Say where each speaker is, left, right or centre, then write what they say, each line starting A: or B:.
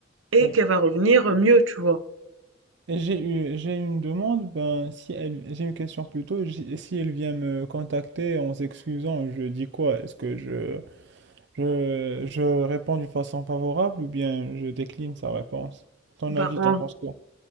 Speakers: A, on the right; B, on the right.
A: et
B: oui.
A: qu'elle va revenir mieux, tu vois?
B: Et J'ai eu, j'ai une demande, ben, si elle, j'ai une question plutôt, j- si elle vient me contacter en s'excusant, je dis quoi? Est-ce que je, je, je réponds d'une façon favorable ou bien je décline sa réponse? Ton
A: Bah
B: avis,
A: en,
B: t'en penses quoi?